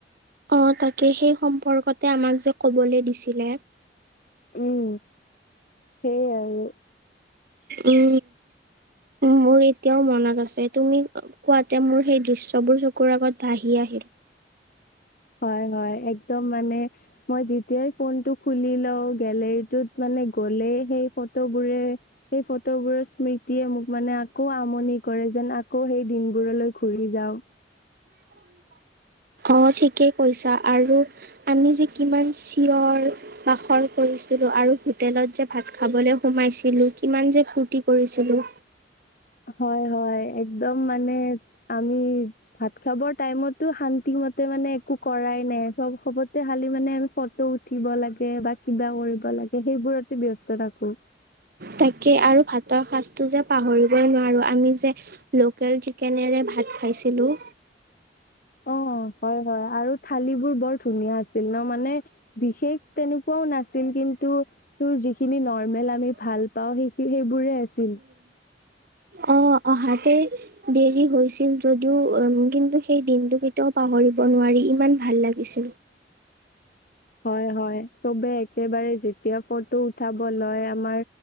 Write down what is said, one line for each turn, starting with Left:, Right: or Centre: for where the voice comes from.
Right: অঁ তাকে সেই সম্পৰ্কতে আমাক যে ক'বলে দিছিলে
Left: উম সেই আৰু
Right: উম মোৰ এতিয়াও মনত আছে তুমি শুৱা টাইমত সেই দৃশ্যবোৰ চকুৰ আগত ভাহি আহে
Left: হয় হয় একদম মানে মই যেতিয়াই ফোনটো খুলি লও গলেৰীটোত মানে গ'লে সেই ফ'টবোৰে সেই ফটোবোৰৰ স্মৃতিয়ে মোক মানে আকৌ আমনি কৰে যেন আ আকৌ সেই দিনবোৰলৈ ঘূৰি যাওঁ
Right: অ ঠিকেই কৈছা আৰু আমি যে কিমান চিঞৰ বাখৰ কৰিছিলো আৰু হোটেলত যে ভাত খাবলৈ সোমাইছিলো কিমান যে ফূৰ্তি কৰিছিলো
Left: হয় হয় একদম মানে আমি ভাত খাবৰ টাইমতো শান্তি মতে মানে একো কৰাই নাই চব চব সমতে খালি মানে আমি ফটো উঠিব লাগে বা কিবা কৰিব লাগে সেইবোৰতে ব্যস্ত থাকো
Right: তাকে আৰু ভাতৰ সাঁজটো যে পাহৰিবই নোৱাৰোঁ আমি যে লোকেল চিকেনেৰে ভাত খাইছিলোঁ
Left: অ হয় হয় আৰু থালিবোৰ বৰ ধুনীয়া আছিল ন মানে বিশেষ তেনেকুৱাও নাছিল কিন্তু তোৰ যিখিনি নৰ্মেল আমি ভাল পাওঁ সেই সেইবোৰে আছিল
Right: অ অহাতেই দেৰি হৈছিল যদিও কিন্তু সেই দিনটো কেতিয়াও পাহৰিব নোৱাৰি ইমান ভাল লাগিছিল
Left: হয় হয় চবে একেবাৰে যেতিয়া ফটো উঠাব লয় আমাৰ